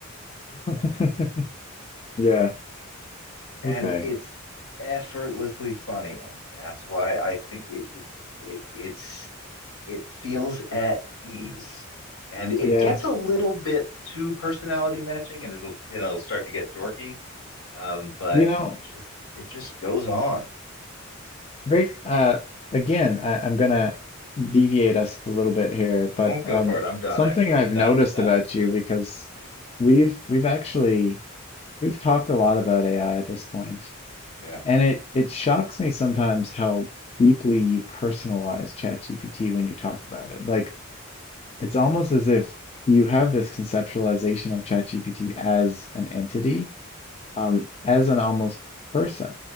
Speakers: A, on the left (about 30°); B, on the left (about 75°).
A: <laughs> Yeah.
B: And
A: Okay.
B: it's effortlessly funny. And that's why I think it, it's, it, it's, it feels at ease and it
A: Yeah.
B: gets a little bit too personality matching and it'll, it'll start to get dorky. Um, but
A: You know,
B: it just, it just goes on.
A: Rick, uh, again, I, I'm gonna deviate us a little bit here,
B: Mm,
A: but
B: go
A: um,
B: for it. I'm done
A: something
B: actually
A: I've
B: with that
A: noticed
B: that
A: about you
B: thread.
A: because we've we've actually we've talked a lot about AI at this point,
B: Yeah.
A: and it it shocks me sometimes how deeply you personalize ChatGPT when you talk about it. Like it's almost as if you have this conceptualization of ChatGPT as an entity, um, as an almost person.